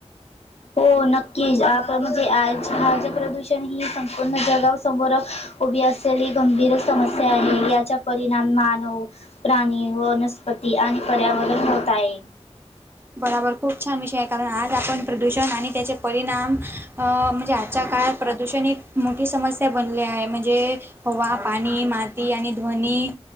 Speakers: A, on the left; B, on the right.
A: हो नक्कीच आपण म्हणजे आळाचे प्रदूषण ही संपूर्ण जगाव समोर. उभी असलेली गंभीर समस्या आहे याचा परिणाम मानव. प्राणी वनस्पती आणि पर्यावरण होत आहे.
B: बराबर खूप छान विषय आहे कारण आज आपण प्रदूषण आणि त्याचे परिणाम. म्हणजे आजच्या काळात प्रदूषण एक मोठी समस्या बनले आहे म्हणजे. हवा पाणी माती आणि ध्वनी